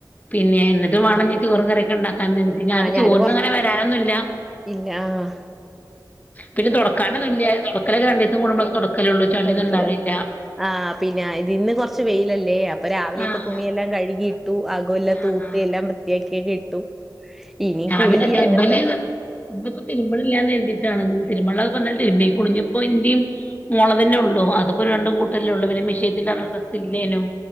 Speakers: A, on the left; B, in the centre.
A: പിന്നെ എന്നിട്ട് വേണം ഇനി ചോറും കറിയൊക്ക്ണ്ടാക്കാൻ അന്ന് എനിക്ക് ഞാന്
B: ആ
A: ചോറിനങ്ങനെ
B: കൊറ
A: വാരാനൊന്നുമില്ല.
B: ഇല്ല ആഹ്.
A: പിന്നെ തുടക്കാനൊന്നുല്ല തൊടക്കലൊക്കെ രണ്ടിസം കുടുമ്പോഴേ തൊടക്കലുള്ളൂ ചളീന്നും
B: കെടക്കല
A: ഇണ്ടാവല്ലില്ല.
B: ആ പിന്നെ ഇത് ഇന്ന് കൊറച്ച് വെയിലല്ലേ അപ്പൊ. രാവിലെപ്പൊ
A: ആഹ്
B: തുണിയെല്ലാം കഴുകിയിട്ടു അകോ എല്ലാം
A: ആഹ്
B: തൂത്ത് എല്ലാം വൃത്തിയാക്കിയൊക്കെ ഇട്ടു. ഇനി
A: ഞാൻപിന്നെ
B: കുളികി
A: തിരുമ്പല്
B: അങ്ങനത്തെ
A: ഇബുക്ക് തിരുമ്പ്ണില്ല കരുതിയിട്ടാണ്. തിരുമ്പാനുള്ളതൊക്കെ ഇന്നലെ തിരുമ്പി കുളിഞ്ഞപ്പോ ഇന്റെയും മോള തന്നെയുള്ളൂ അത് ഇപ്പോ രണ്ട്കൂട്ടെല്ലുള്ളൂ പിന്നെ മിഷീ <unintelligible> ബസ്സില്ലേനും